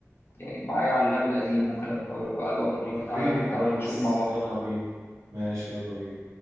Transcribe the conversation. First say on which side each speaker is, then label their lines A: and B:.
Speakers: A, on the left; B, on the right.
A: يعني معايا على اللاب القديم ممكن أبقى اوريك
B: وريني
A: تعالى
B: يا
A: تعالى
B: ريس
A: نشوف مع بعض
B: يلا بينا ماشي يلا بينا